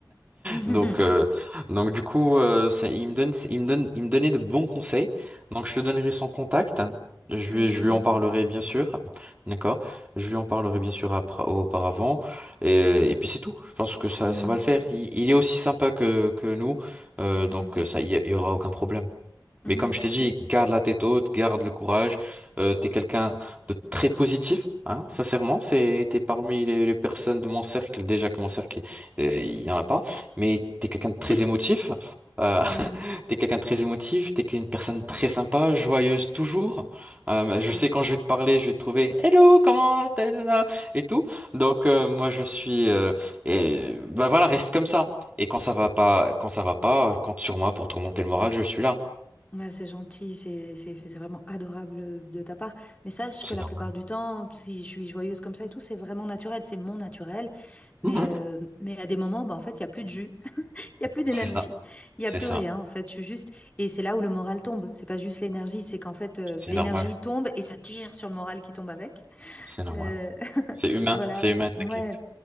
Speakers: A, on the left; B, on the right.
A: Mhm.
B: donc, euh,
A: <laughs>
B: donc du coup, euh, ça, il me donne, il me donne, il me donnait de bons conseils. Donc, je te donnerai son contact. Je
A: Ah,
B: lui,
A: je
B: je
A: veux
B: lui
A: bien.
B: en parlerai bien sûr. D'accord? Je lui en parlerai bien sûr après, auparavant. Et, et puis c'est tout. Je pense que ça,
A: Mm,
B: ça va le faire. Il, il est aussi sympa que, que nous. Euh,
A: mm,
B: donc, ça, il y, a- il y aura aucun problème.
A: mhm.
B: Mais comme je t'ai dit, garde la tête haute, garde le courage. Euh, t'es quelqu'un de très positif, hein, sincèrement. C'est, t'es parmi les, les personnes de mon cercle, déjà que mon cercle, euh, il y en a pas, mais t'es quelqu'un de très
A: <laughs>
B: émotif. Euh, <laughs>
A: Mm,
B: t'es quelqu'un de très émotif, t'es une personne très sympa, joyeuse toujours. Euh, je
A: mm.
B: sais quand je vais te parler, je vais te trouver Hello, comment t'as- t'as- t'as et tout. Donc euh, moi je suis euh, et bah voilà, reste comme ça. Et quand ça va pas, quand ça va pas, compte sur moi pour te remonter le moral, je suis là.
A: Ouais, c'est gentil, c'est c'est- c'est vraiment adorable de ta part. Mais sache
B: C'est
A: que la
B: normal.
A: plupart du temps, si je suis joyeuse comme ça et tout, c'est vraiment naturel, c'est mon naturel. Mais,
B: Mhm.
A: euh, mais à des moments, bah, en fait, il n'y a plus de jus. Il y a plus d'énergie,
B: C'est ça,
A: il y
B: c'est
A: a plus
B: ça,
A: rien en fait. Je suis juste et c'est là où le moral tombe. C'est pas juste l'énergie, c'est qu'en fait euh,
B: c'est
A: l'énergie
B: normal,
A: tombe et ça tire sur le moral qui tombe avec.
B: c'est normal.
A: Euh, <laughs>
B: C'est humain,
A: voilà,
B: c'est humain, t'inquiète.
A: ouais.